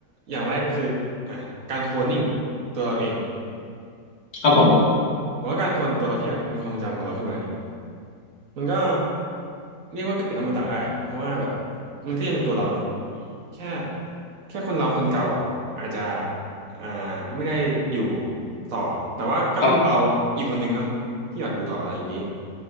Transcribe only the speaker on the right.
อย่างแรกก็คืออ่ะการโคลนนิ่งตัวเราเอง
ผมว่าการคนตัวเราที่แบบมีความทรงจำของเราขึ้นมาอย่างเงี้ยมันก็เรียกว่าก็เป็นอมตะได้เพราะว่าแบบมันก็ยังเป็นตัวเราเนาะ
แค่แค่คนเราคนเก่าอ่ะอาจจะอ่าไม่ได้อยู่ต่อแต่ว่าก็เป็นเราอีกคนหนึงเนาะที่แบบอยู่ต่ออะไรอย่างนี้